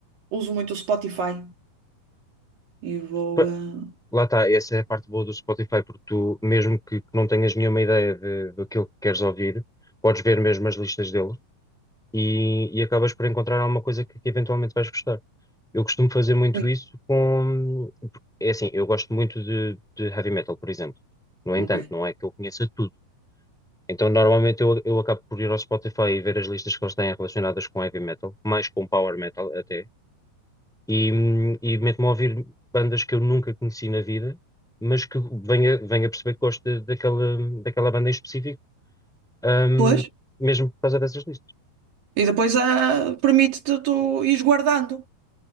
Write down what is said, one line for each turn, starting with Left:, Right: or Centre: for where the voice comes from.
Right: uso muito o Spotify e vou.
Centre: Pa-
Right: eh,
Centre: Lá está, essa é a parte boa do Spotify, porque tu, mesmo que, que não tenhas nenhuma ideia de, do que queres ouvir, podes ver mesmo as listas deles e, e acabas por encontrar alguma coisa que, que eventualmente vais gostar. Eu costumo fazer muito
Right: Sim,
Centre: isso com. É assim, eu gosto muito de, de heavy metal, por exemplo. No entanto,
Right: ok.
Centre: não é que eu conheça tudo. Então, normalmente, eu, eu acabo por ir ao Spotify e ver as listas que eles têm relacionadas com heavy metal, mais com power metal até, e, hum, e meto-me a ouvir bandas que eu nunca conheci na vida, mas que venha, venha a perceber que gosto de- daquela, daquela banda em específico, ahm,
Right: Pois,
Centre: mesmo por causa dessas listas.
Right: e depois ah, permite-te tu ires guardando.